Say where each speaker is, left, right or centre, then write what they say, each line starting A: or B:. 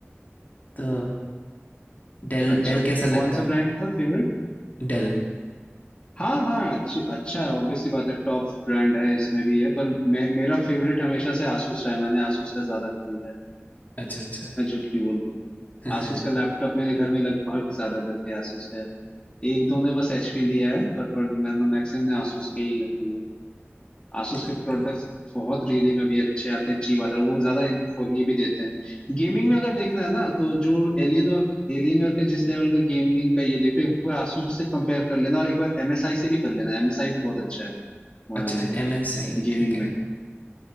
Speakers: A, on the left; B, on the left.
A: तो डेल
B: अच्छा
A: डेल कैसा लगता
B: कौन सा
A: है आपको
B: ब्रांड था फेवरेट
A: डेल
B: हाँ हाँ अच्छी अच्छा है ऑब्वियसली बात है टॉप ब्रांड है इसमें भी है पर मे, मेरा फेवरेट हमेशा से आसूस रहा है मैंने आसूस का ज्यादा खरीदा है
A: अच्छा अच्छा
B: मैं झूठ क्यों बोलूं
A: <laughs>
B: asus का लैपटॉप मेरे घर में लगभग ज्यादा करके asus का है एक दो ने बस hp लिया है पर, पर मैंने मैक्सिमम ने asus के ही रखे हुए हैं। asus
A: ठीक
B: के प्रोडक्ट्स
A: है
B: बहुत रियली में भी अच्छे आते हैं चीप आते हैं वो ज्यादा इन- वो ये भी देते हैं गेमिंग में अगर देखना है ना तो जो एलियन वर्क एलियन वर्क का जिस लेवल का गेमिंग का ये देखो एक बार asus से कंपेयर कर लेना और एक बार msi से भी कर लेना msi भी बहुत अच्छा है हमारे
A: अच्छा
B: लिए
A: एम एस आई
B: गेमिंग
A: ठीक है
B: में